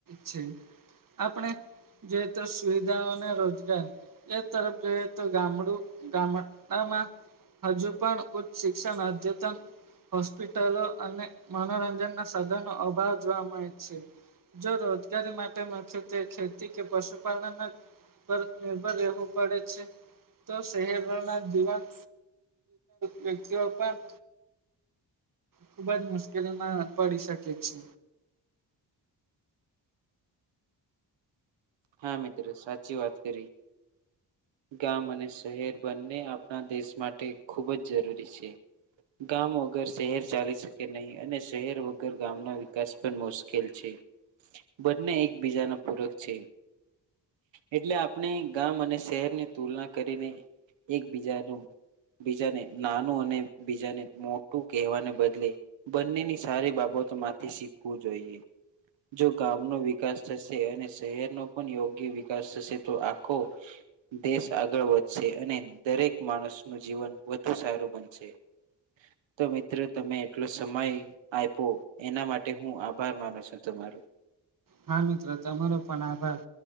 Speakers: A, on the right (about 50°); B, on the right (about 90°).
A: છે આપણે જોઈ તો સુવિધા અને રોજગાર એ તરફ જોઈએ તો ગામડું મા હજુ પણ ઉચ્ચ શિક્ષણ અદ્યતન હોસ્પિટલો અને મનોરંજન ના સાધનો અભાવ જોવા મળે છે જો રોજગારી માટે મુખ્યત્વે ખેતી કે પશુપાલન પર નિર્ભર રહેવું પડે છે તો શહેરોના દીવાન વ્યક્તિઓ પણ ખુબ જ મુશ્કેલીમાં પડી શકે છે
B: હા મિત્રો સાચી વાત કરી ગામ અને શહેર બંને આપણા દેશ માટે ખૂબ જ જરૂરી છે ગામ વગર શહેર ચાલી શકે નહીં અને શહેર વગર ગામના વિકાસ પણ મુશ્કેલ છે બંને એકબીજાના પૂરક છે એટલે આપણે ગામ અને શહેરની તુલના કરીને એકબીજાનું બીજાને નાનું અને બીજાને મોટું કહેવાને બદલે બંનેની સારી બાબત માંથી શીખવું જોઈએ જો ગામનો વિકાસ થશે અને શહેરનો યોગ્ય વિકાસ થશે તો આખો દેશ આગળ વધશે અને દરેક માણસ નું જીવન વધુ સારું બનશે તો મિત્રો તમે એટલો સમય આયપો એના માટે હું આભાર માનું છું તમારો હ
A: હા મિત્રો તમારો પણ આભાર